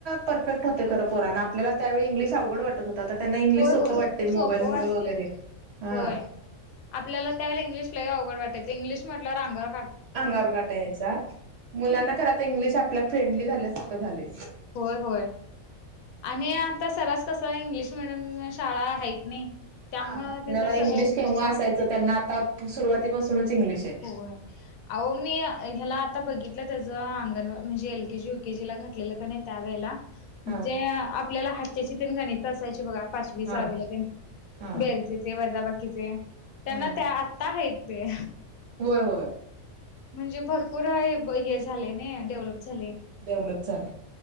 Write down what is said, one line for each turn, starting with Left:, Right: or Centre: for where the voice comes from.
Right: परफेक्ट होते खरं पोरांना आपल्याला त्यावेळी इंग्लिश अवघड वाटत हो. आता त्यांना इंग्लिश
Left: होय
Right: सोपं
Left: होय
Right: वाटत मोबाईल
Left: सोपं
Right: मुळे
Left: वाटतय
Right: वगैरे हा.
Left: होय. आपल्याला त्यावेळेला इंग्लिशलाही अवड वाटयं इंग्लिश म्हटलं अगवर
Right: अंगावर काटा यायचा मुलांना खरं आता इंग्लिश आपल्या फ्रेंडली झाल्यासखं झाले.
Left: होय होय आणि आ आता सरास कस इंग्लिश मिीडियम शाळा आहेत नाही. त्यामुळं
Right: हा आपल्याला
Left: तिथं सगळं
Right: इंग्लिश केव्हा असायचं त्यांना आता सुरुवातीपासूनच. इंग्लिश आहे
Left: होय अहो मी. ह्याला आता बघितलं त्याचं अंगणवा म्हणजे एल के जी यु के जी ला घातलेलं का नाही त्यावेेळेला.
Right: हा
Left: जे आपल्याला हातच्याची तन गाणीच असायची बघा. पाचवी सहावीला
Right: हा
Left: ते
Right: हा
Left: बेरजेचे वजाबाकीचे त्यांना
Right: हा
Left: त्या आता आहेत. ते,
Right: होय होय
Left: म्हणजे भरपूर आहे. झालायने डेव्हलप झालय,
Right: डेव्हलप झालं